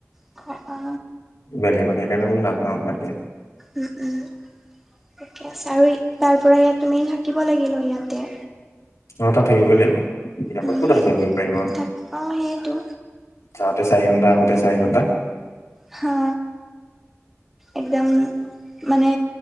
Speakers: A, in the centre; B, on the left (about 85°).
A: অ, অ,
B: বেলেগত সেইকাৰণে বোলো নাযাওঁ বাদ দিয়া।
A: উম, উম, থিকে আছে আৰু তাৰ পৰা ইয়াত তুমি থাকিব লাগিল ইয়াতে।
B: অ, তাত থাকিবই লাগিব। ইয়াৰ পৰা
A: উম,
B: ক'ত অহা যোৱা কৰিব পাৰিম আৰু
A: তাক অ, সেইয়েটো।
B: যাওঁতে চাৰি ঘণ্টা আহোতে চাৰি ঘণ্টা।
A: হা, একদম, মানে